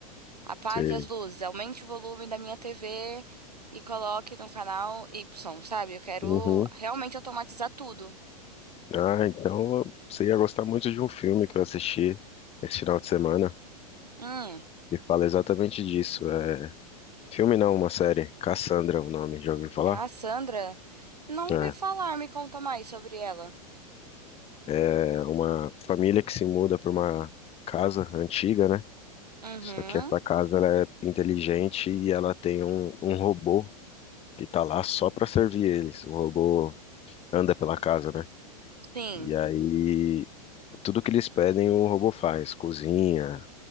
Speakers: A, on the right (about 90°); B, on the left (about 30°).
A: Apague
B: Você...
A: as luzes, aumente o volume da minha TV e coloque no canal Y, sabe? Eu quero
B: Uhum.
A: realmente automatizar tudo.
B: Ah, então você ia gostar muito de um filme que eu assisti esse final de semana,
A: Hum,
B: que fala exatamente disso. É... Filme não, uma série. Cassandra, é o nome, já ouviu falar?
A: Cassandra? Não ouvi
B: É,
A: falar, me conta mais sobre ela.
B: é uma família que se muda para uma casa antiga, né?
A: Uhum,
B: Só que essa casa ela é inteligente e ela tem um, um robô que tá lá só para servir eles. O robô anda pela casa, né?
A: sim.
B: E aí tudo que eles pedem o robô faz, cozinha,